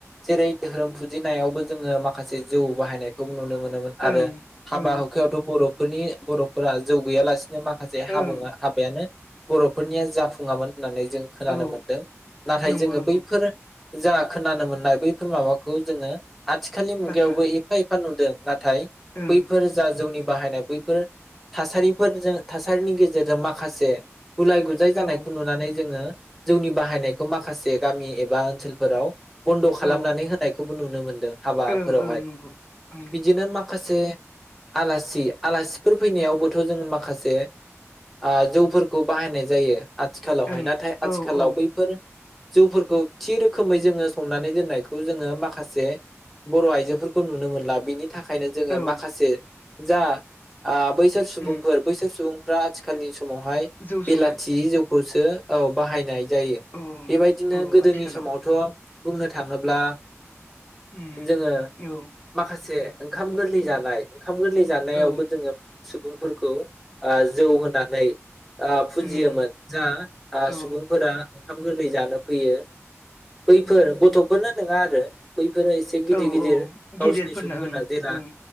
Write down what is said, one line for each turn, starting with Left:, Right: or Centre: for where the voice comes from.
Centre: जेरै धोरोम फुजिनायावबो जोङो माखासे जौ बाहायनायखौ नुनो मोनोमोन आरो
Left: ओं
Centre: हाबा
Left: ओं
Centre: हुखायावथ' बर' फोरनि बर'फोरा जौ गैयालासे माखासे हाबु
Left: ओं
Centre: हाबायानो बर'फोरनिया जाफुङामोन । होननानै जों खोनानो
Left: औ
Centre: मोनदों नाथाय
Left: नंगौ
Centre: जोङो
Left: नंगौ
Centre: बैफोर जा खोनानो मोननाय बैफोर माबाखौ जोङो आथिखालनि मुगायावबो
Left: बाथ्रा
Centre: एफा एफ <inaudible> थाय
Left: ओं
Centre: बैफोर जा जौनि बाहायनाय बैफोर थासारिफोरजों थासारिनि गेजेरजों माखासे गुलाय गुजाय जानायखौ
Left: औ
Centre: नुनानै जोङो जौनि बाहायनायखौ माखासे गामि एबा ओनसोलफोराव बन्द' खालामनानै
Left: औ
Centre: होनायखौ नुनो मोनदों । हाबाफोरावहाय
Left: ओं ओं नंगौ ओं
Centre: बिदिनो माखासे आलासि आलासिफोर फैनायावबोथ' जोङो माखासे ओ जौफोरखौ बाहायनाय जायो । आथिखालावहाय
Left: ओं
Centre: नाथाय आथिखालाव
Left: औ औ
Centre: बैफोर जौफोरखौ थि रोखोमै जोङो संनानै दोननायखौ जोङो माखासे बर' आइजोफोरखौ नुनो मोनला बिनि थाखायनो जोङो
Left: औ
Centre: माखासे जा आ बैसोर सुबुंफोर
Left: उम
Centre: बैसोर सुबुं रा आथिखालनि स समावहाय
Left: जौ
Centre: बेलाथि
Left: संनाय
Centre: जौ बोसो औ बाहायनाय जायो
Left: औ
Centre: बेबायदिनो
Left: औ
Centre: गोदोनि
Left: आथिखालाव
Centre: समावथ' बुंनो थाङोब्ला
Left: उम
Centre: जोङो
Left: औ
Centre: माखासे ओंखाम गोरलै जानाय ओंखाम गोरलै जानायावबो
Left: औ
Centre: जोङो सुबुंफोरखौ ओ जौ होनानै आ फुजियोमोन
Left: उम
Centre: जा आ
Left: औ
Centre: सुबुंफोरा ओंखाम गोरलै जानो फैयो बैफोर गथ'फोरनो नङा आरो बैफोर <unintelligible> एसे गिदिर
Left: औ
Centre: गिदिर
Left: औ
Centre: गावसिनि
Left: गेदेरफोरनो
Centre: सुबुंफोरना
Left: ओं
Centre: जेला
Left: ओं